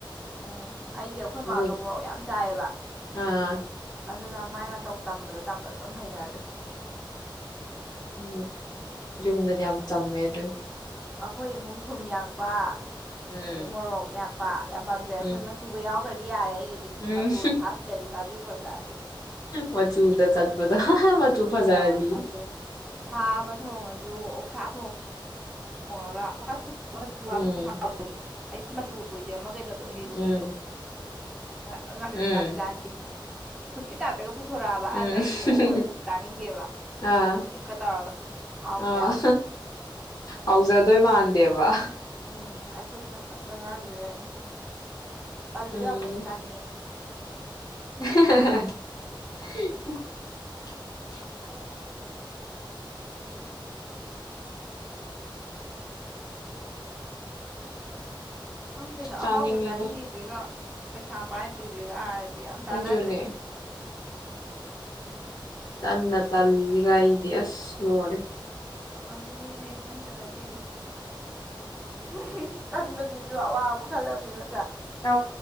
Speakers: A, in the centre; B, on the left (about 45°).
A: ꯎꯝ ꯑꯩꯗꯤ ꯑꯩꯈꯣꯏ
B: ꯑꯗꯨꯅꯤ
A: ꯃꯥꯗꯣ ꯃꯣꯔꯣꯛ ꯌꯥꯝ ꯆꯥꯏꯌꯦꯕ꯫
B: ꯑꯥ
A: ꯑꯗꯨꯅ ꯃꯥꯏ ꯃꯇꯧ ꯇꯝꯕꯗ-ꯇꯝꯕꯗ ꯑꯗꯨꯝ ꯍꯩꯅꯔꯒ꯭ꯔꯦ꯫
B: ꯎꯝ ꯌꯨꯝꯗꯗꯤ ꯌꯥꯝ ꯆꯝꯃꯦ ꯑꯗꯨꯅ꯫
A: ꯑꯈꯣꯏ ꯏꯃꯨꯡ ꯊꯨꯝ ꯌꯥꯛꯄ
B: ꯎꯝ
A: ꯗꯩ ꯃꯣꯔꯣꯛ ꯌꯥꯛ ꯄꯥ ꯌꯥꯝ ꯄꯥꯝꯖꯩ ꯑꯩꯈꯣꯏ
B: ꯎꯝ
A: ꯃꯆꯨꯒ ꯌꯥꯎꯈ꯭ꯔ ꯌꯥꯔꯦ ꯒꯤꯗꯤ
B: ꯎꯝ
A: ꯃꯆꯨꯒ ꯊꯥꯛꯇꯗꯤ ꯆꯥꯕꯤꯄꫭꯟ ꯖꯥꯠ ꯅꯠꯇꯦ
B: ꯃꯆꯨꯗ ꯆꯠꯄꯗꯣ ꯃꯆꯨ ꯐꯖꯔꯗꯤ
A: ꯑ ꯑꯗꯨꯗꯩ ꯊꯥ ꯑꯃ ꯊꫭꯡꯑ ꯑꯗꫭ ꯑꫭꯛꯁꯥ ꯊꫭꯡ ꯊꫭꯡꯑꯒ <unintelligible>
B: ꯎꯝ
A: ꯑꯗꯤꯃꯆꯨ ꯑꯣꯏꯗꯦ ꯑꯃ ꯀꯩꯅꯣꯗꯣ ꯃꯤꯔꯆꯤꯗꯣ
B: ꯎꯝ
A: <unintelligible>
B: ꯎꯝ
A: ꯐꯨꯠꯀꯤ ꯇꯥꯏꯞꯇꯒ ꯄꯨ ꯊꯣꯔꯛꯑꯕ
B: ꯎꯝ
A: ꯑꯁ ꯑꯩ ꯑꯗꯨꯝ ꯑꯣꯛ ꯑꯣꯏꯔꯁꯨ ꯇꯥꯅꯤꯡꯗꯦꯕ
B: ꯑꯥ
A: ꯆꯝ ꯇꯦꯛꯀ ꯇꯧꯔꯒ ꯍꯥꯎꯇꯦꯕ
B: ꯑꯥ ꯍꯥꯎꯖꯗꯣꯏ ꯃꯥꯟꯗꯦꯕ
A: ꯎꯝ ꯑꯩꯈꯣꯏꯗꯤ ꯉꯇꯪꯒ ꯉꯥꯡꯗꯣꯏꯅꯦ ꯎꯝ ꯄꯜꯂꯣ
B: ꯎꯝ
A: ꯌꯥꯛꯄꯣꯗꯤ ꯆꯥꯅꯤꯡꯉꯦ
B: <unintelligible>
A: ꯈꯪꯗꯦꯗ
B: ꯆꯥꯅꯤꯡꯉꯦꯗ
A: ꯑꯍꯥꯎꯕ ꯆꯥꯅꯤꯡꯉꯤꯁꯤꯒ ꯄꯩꯁꯥ ꯄꯥꯏꯗ꯭ꯔꯤꯁꯤꯒ ꯗꯤ ꯌꯥꯝ ꯆꯥꯟꯅꯗ꯭ꯔꯦ
B: ꯑꯗꯨꯅꯦ ꯇꯟꯅ ꯇꯜꯂꯤꯁꯤꯒꯒꯥ ꯑꯩꯗꯤ ꯑꯁ ꯂꯣꯏꯔꯦ
A: ꯑꯗꯨꯅꯦꯅꯦ ꯅꯪꯇ ꯅꯠꯇꯦꯅꯦ <inaudible> ꯇꯟꯕꯁꯤꯁꯨ ꯑꯋꯥꯕ ꯈꯜꯂꯕꯅꯤꯅ
B: ꯌꯥ